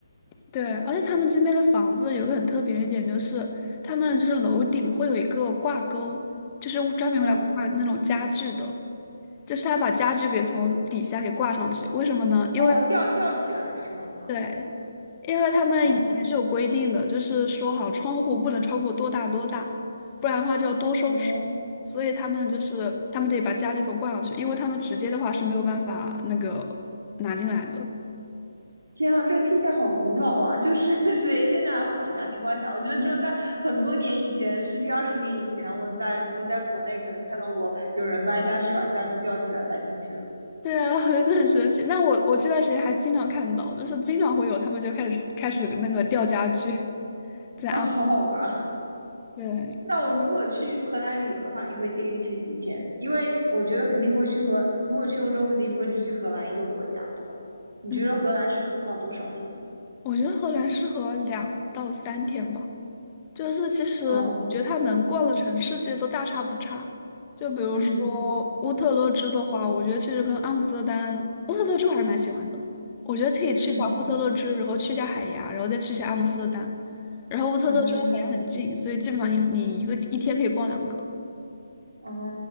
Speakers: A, on the left; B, on the right.
A: <laughs> 对，而且他们这边的房子有个很特别的点，就是他们就是楼顶会有一个挂钩，就是专门用来挂那种家具的，
B: 嗯，
A: 就是他把家具给从底下给挂上去。为什么呢？因为，
B: 哦，吊吊起来是吗？
A: 对，因为他们以前是有规定的，
B: 嗯。
A: 就是说好像窗户不能超过多大多大，不然的话就要多收水。
B: 哦，
A: 所以他们就是他们得把家具头挂上去，因为他们直接的话是没有办法那个拿进来的。
B: 天啊，这个听起来好古老啊！就是 <laughs> 谁现在还会把家具包起来？我觉得只有在很多年以前，十几二十年以前，我在我在国内可能看到过有人搬家是把家具吊起来搬进去的。
A: 对啊，<laughs> 我觉得很神奇。那我我这段时间还经常看到，就是经常会有他们就开始开始那个吊家具，在阿姆斯。
B: 啊、好好玩啊！
A: 对，
B: 那我如果去荷兰旅游的话，你会建议去几天？因为我觉得肯定不会去荷，如果去欧洲，肯定不会只去荷兰一个国家，对吧？你觉得荷兰适合放多少天？
A: 嗯，我觉得荷兰适合两到三天吧。就是其实我觉得它能逛的城市其实都大差不差。
B: 嗯
A: 就比如说乌特勒支的话，
B: 嗯
A: 我觉得其实跟阿姆斯特丹、乌特勒支我还是蛮喜欢的。我觉得可以去一下乌特勒支，
B: 嗯
A: 然后去一下海牙，然后再去一下阿姆斯特丹。然后乌特勒支和海牙很近，
B: 嗯。
A: 所以基本上你你一个一天可以逛两个。
B: 哦，